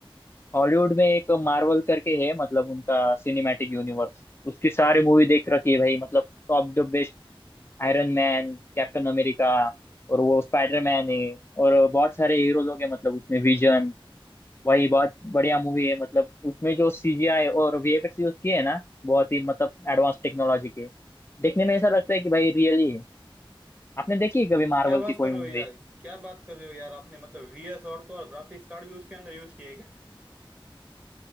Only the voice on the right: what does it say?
क्या बात
कर
रहे हो यार क्या बात कर रहे हो यार आपने मतलब वीएस और तो और ग्राफिक्स कार्ड भी उसके अंदर यूज किए है